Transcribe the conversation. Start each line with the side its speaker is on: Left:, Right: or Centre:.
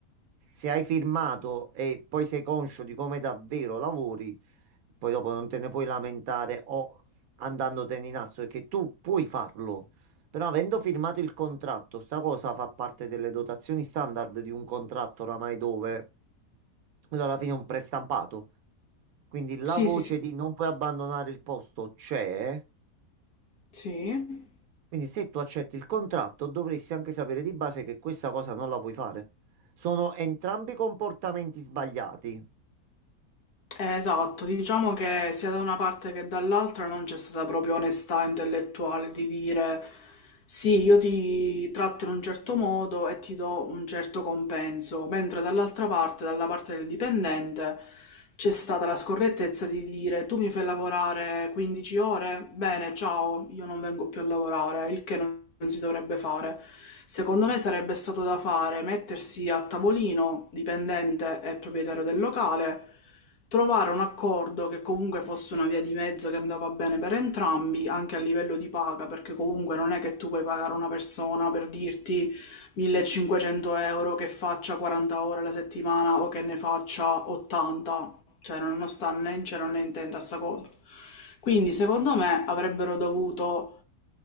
Right: se hai firmato e poi sei conscio di come davvero lavori, poi dopo non te ne puoi lamentare o andandotene in asso, perché tu puoi farlo, però avendo firmato il contratto, sta cosa fa parte delle dotazioni standard di un contratto oramai dove quello alla fine è un prestampato. Quindi la
Left: Sì,
Right: voce
Left: sì, sì.
Right: di non puoi abbandonare il posto c'è.
Left: Sì.
Right: Quindi se tu accetti il contratto, dovresti anche sapere di base che questa cosa non la puoi fare. Sono entrambi comportamenti sbagliati.
Left: Eh, Esatto, diciamo che sia da una parte che dall'altra non c'è stata proprio onestà intellettuale di dire sì, io ti tratto in un certo modo e ti do un certo compenso, mentre dall'altra parte, dalla parte del dipendente, c'è stata la scorrettezza di dire tu mi fai lavorare 15 ore, bene, ciao, io non vengo più a lavorare, il che non non si dovrebbe fare. Secondo me sarebbe stato da fare mettersi a tavolino, dipendente e proprietario del locale trovare un accordo che comunque fosse una via di mezzo che andava bene per entrambi, anche a livello di paga, perché comunque non è che tu puoi pagare una persona per dirti 1500 euro che faccia 40 ore alla settimana o che ne faccia 80, cioè non non sta né in cielo né in tenda sta cosa. Quindi secondo me avrebbero dovuto